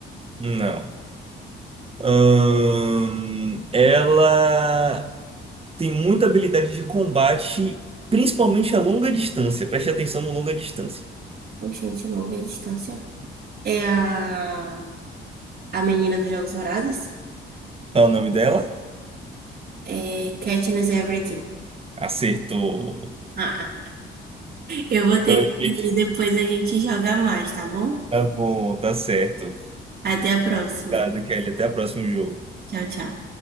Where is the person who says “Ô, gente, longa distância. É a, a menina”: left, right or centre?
Right